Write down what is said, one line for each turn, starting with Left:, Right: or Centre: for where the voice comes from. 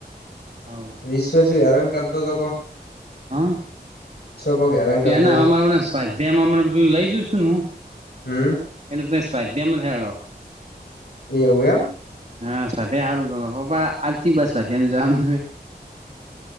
Right: હવ.
Left: વિશ્વસ હેરાન કરતો હતો લોકો?
Right: હા
Left: કોક હેરાન
Right: ત્યાંના
Left: કરતો હતો
Right: આવ આપણે સ્વાધ્યાયમાં હમણાં બધું લઈ જઉ છું ન હું
Left: હમ
Right: એટલે સ્વાધ્યાયમાં થાયળો.
Left: એવું એમ?
Right: હા સ્વાધ્યાય હારુ પપા આજથી બસ જવાનું છે.